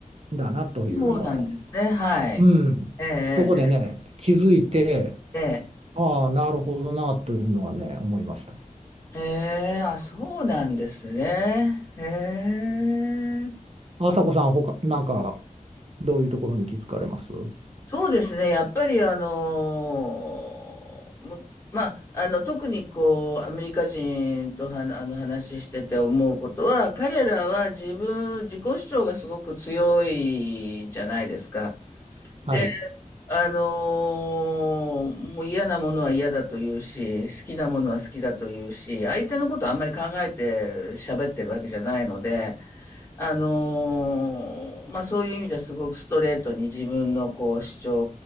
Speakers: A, on the right (about 50°); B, on the left (about 20°).
A: んだなというのを、
B: そうなんですね、はい。
A: うん、
B: ええ、
A: そこでね気づいて
B: ええ、ええ。
A: ああなるほどなというのはね思いました。
B: ええ、あ、そうなんですね。へえ。
A: 朝子さん他なんかどういうところに気づかれます
B: そうですね。やっぱりあのーむまあ、あの、特にこう、アメリカ人とは、あの、話してて思うことは、彼らは自分、自己主張がすごく強いじゃないですか。で、
A: はい、
B: あのーもう嫌なものは嫌だと言うし、好きなものは好きだと言うし、相手のことあんまり考えて喋ってるわけじゃないので、あのーまあそういう意味ではすごくストレートに自分のこう主張